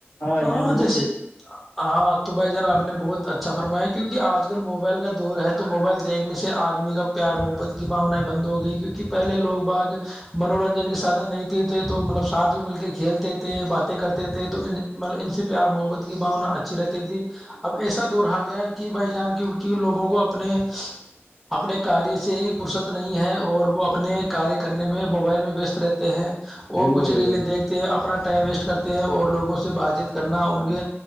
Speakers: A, on the left; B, in the centre.
A: بھائی
B: ہاں
A: جان بالکل
B: جیسے
A: صحیح
B: ہاں تو بھائی جان آپ نے بہت اچھا فرمایا کیونکہ آج کل موبائل کا دور ہے تو موبائل دیکھنے سے آدمی کا پیار محبت کی بھاؤنائیں بند ہو گئی کیونکہ پہلے لوگ باگ منورنجن کے سادھن نہیں تھے تھے تو مطلب ساتھ میں مل کے کھیلتے تھے باتیں کرتے تھے تو مطلب ان سے پیار محبت کی بھانا اچھی رہتی تھی اب ایسا دور رہا گیا کہ بھائی جان کیونکہ لوگوں کو اپنے اپنے کاریہ سے ہی فرصت نہیں ہے اور وہ اپنے کاریہ کرنے میں موبائل میں ویست رہتے ہیں اور
A: بالکل
B: کچھ
A: بالکل
B: ریلیں دیکھتے ہیں اپنا ٹائم ویسٹ کرتے ہیں اور لوگوں سے سے بات چیت کرنا ان کے